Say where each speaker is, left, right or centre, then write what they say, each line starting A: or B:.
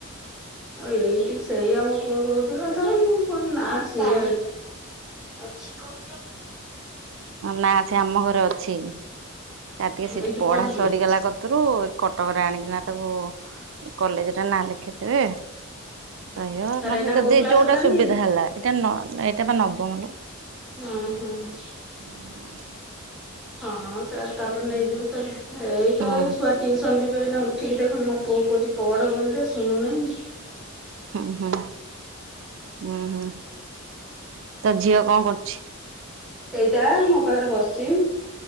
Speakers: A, in the centre; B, on the right.
A: ଆଉ ଏଇଠି ସେଇ ଆମ ପୁଅ କହୁଥିଲା ଥରେ, ମୁଁ କହିଲି ନାସିଏ ଅଛି କୁ
B: ନା ସେ ଆମ ଘରେ ଅଛି, ତାର ଟିକେ ସେଠି
A: ଏଇଠି
B: ପଢା
A: ପଢୁଛି
B: ସରିଗଲା କତିରୁ କଟକରେ ଆଣିକିନା ତାକୁ କଲେଜରେ ନାଁ ଲେଖିଥିବେ। ରହିବ
A: ତାର
B: ନହେଲେ
A: ଏଇନା
B: ଯଦି
A: କୋଉ କ୍ଲାସ
B: ଯୋଉଟା
A: ହେଲାଣି?
B: ସୁବିଧା ହେଲା ଏଇଟା ନ ଏଇଟା ବା ନବମର।
A: ଉଁ ହୁଁ।
B: ଉଁ।
A: ହଁ ସାର୍ ତାପରେ ନେଇଯିବୁ ସାର ଏଇ ତ
B: ହୁଁ
A: ଏଇ ଛୁଆ ଟିଉସନ ଯିବେ ଏଇନା ଉଠ ଟିକେ ଦେଖନ ମୋ ପୁଅକୁ କହୁଛି ପଢ଼ ବୋଲି ସେ ଶୁଣୁ ନାହିଁ।
B: ଉଁ ହୁଁ ଉଁ ହୁଁ ତୋ ଝିଅ କଣ କରୁଛି?
A: ଏଇଟା ମୋ ପାଖରେ ବସିଛି।